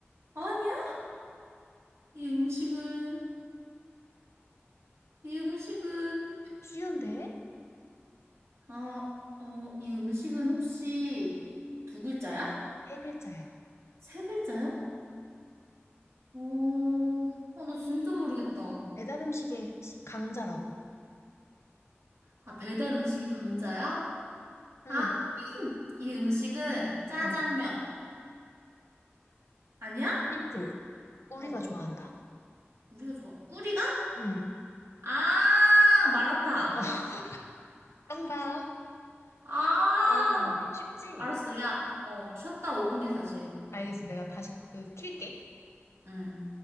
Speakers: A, on the right (about 75°); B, on the left (about 80°).
A: 아니야? 이 음식은, 이 음식은,
B: 쉬운데?
A: 아, 어, 이 음식은 혹시 두 글자야?
B: 세 글자야.
A: 세 글자야? 오, 아, 나 진짜 모르겠다.
B: 배달 음식의 시- 강자라고.
A: 아, 배달 음식의 강자야?
B: 응.
A: 아, <clears throat> 이 음식은 짜장면.
B: 어.
A: 아니야?
B: 힌트. 우리가
A: 어,
B: 좋아한다.
A: 우리가 좋아. 꿀이가?
B: 응. 어,
A: 아, 마라탕.
B: <laughs> 빵봐.
A: 아,
B: 바로 나오네. 쉽지?
A: 알았어. 야, 어, 쉬었다 5분 뒤 다시. 해.
B: 알겠어. 내가 다시 그 킬게.
A: 응.